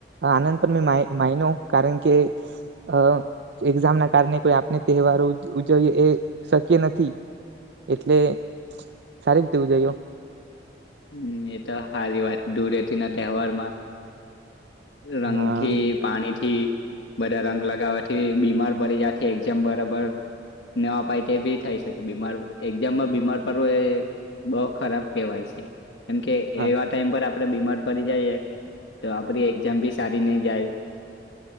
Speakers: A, on the right (about 75°); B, on the left (about 85°).
A: આનંદ પણ મે માયનો કારણ કે અ એક્ઝામ ના કારણે કોઈ આપણે તહેવારો ઉજવીએ એ શક્ય નથી એટલે સારી રીતે ઉજવ્યો
B: હમ એ તો હારી વાત ધૂળતી ના તહેવારમાં રંગ
A: હા
B: થી પાણી થી થી બધા રંગ લગાવવાથી બીમાર પડી જથી એઝામ બરાબર ન અપાય તે ભી થઈ શકે બીમાર એક્ઝામમાં બીમાર પડવું એ બો ખરાબ કેહેવાય શે. કેમ કે
A: હા
B: એવા ટાઈમ પર આપણે બીમાર પડી જઈએ તો આપડી એક્ઝામ ભી સારી નહી જાય